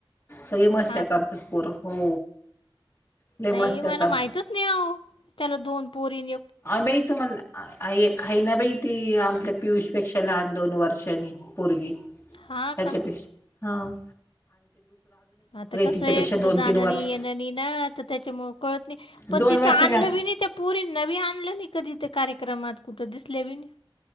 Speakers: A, on the left; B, on the left.
A: सगळी मस्त्या
B: हा
A: करतात
B: का
A: पोर हो. लय मस्त्या
B: नाही मला
A: करतात
B: माहितच नाही अह त्याला दोन पोरीन.
A: अ ब तु म्हला. एक ह आहे ना बाई ती आपल्या पियुष पेक्षा लहान दोन वर्षांनी पोरगी. ह्याच्यापेक्षा,
B: हा का
A: हा -
B: आता कस
A: तिच्यापेक्षा
B: आहे कुठं
A: दोन
B: जाणं
A: तीन वर्ष
B: नाही येण नाही ना तर त्याच्यामुळ कळत नाही.
A: दोन
B: पण तिथं
A: वर्षाने
B: आणलं बी नाही ते पुरी नवी आणलं नाही कधी ते कार्यक्रमात कुठं दिसले बी नाही.